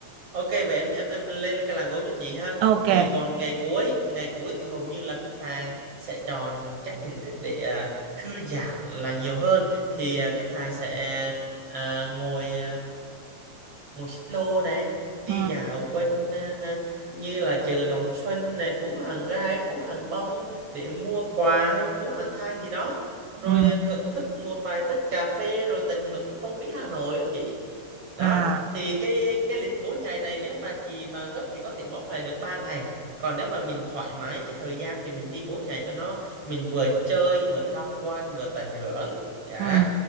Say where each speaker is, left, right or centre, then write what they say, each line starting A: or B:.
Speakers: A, on the right; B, on the right.
A: ok vậy em em em lên cái làng gốm cho chị ha
B: Ok.
A: thì còn ngày cuối ngày cuối thì hầu như là khách hàng sẽ chọn các hình thức để à, thư giãn là nhiều hơn thì à, khách hàng sẽ à, ngồi à, ngồi xích lô nè đi
B: Ừ.
A: dạo quanh à, như là chợ Đồng Xuân nè phố hàng gai phố hàng bông để mua quà hay phố hàng than gì đó rồi
B: Ừ.
A: à, thưởng thức một vài tách cà phê rồi tận hưởng cái không khí Hà Nội đó chị đó
B: À
A: thì cái cái lịch 4 ngày này nếu mà chị mà gấp thì có thể bóp lại được ba ngày còn nếu mà mình thoải mái cái thời gian thì mình đi 4 ngày cho nó mình vừa chơi vừa tham quan vừa tận hưởng dạ
B: Ừ.